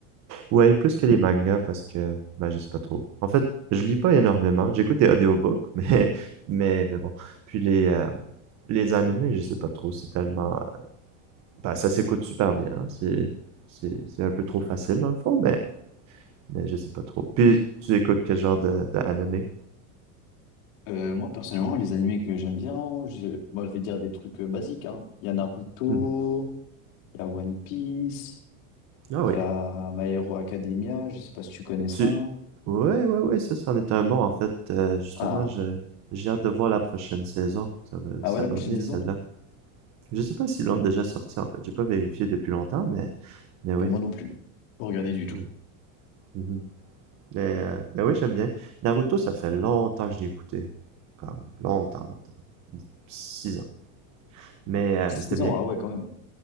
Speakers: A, on the right; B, on the left.
A: Ouais, plus que les mangas parce que, ben, je sais pas trop. En fait, je lis pas énormément. J'écoute des audiobooks, <laughs> mais, mais, mais bon. Puis les, euh, les animés, je sais pas trop. C'est tellement, ben, ça s'écoute super bien. hein. C'est, c'est, c'est un peu trop facile, dans le fond, mais, mais je sais pas trop. Puis, tu écoutes quel genre de, de animé?
B: Euh, moi, personnellement, les animés que j'aime bien, je, moi, je vais dire des trucs euh, basiques, hein. Il y a Naruto,
A: Mhm.
B: il y a One Piece,
A: Ah oui.
B: il y a My Hero Academia, je sais pas si tu connais ça.
A: Tu... Ouais, ouais, ouais, ça, c'en est un bon, en fait. Euh, justement,
B: Ah,
A: je... j'ai hâte de voir la prochaine saison. Ça va,
B: ah
A: ça
B: ouais, la
A: va
B: prochaine
A: bien,
B: saison?
A: celle-là. Je sais pas s'ils l'ont déjà sorti, en fait. J'ai pas vérifié depuis longtemps, mais, mais oui.
B: Euh, moi non plus. Pas regardé du tout.
A: Mm. Mhm. Mais, euh, mais oui, j'aime bien. Naruto, ça fait longtemps que je l'ai écouté. Comme longtemps, longtemps. Six ans. Mais, euh,
B: six
A: mais c'était bien.
B: ans, ah ouais, quand même.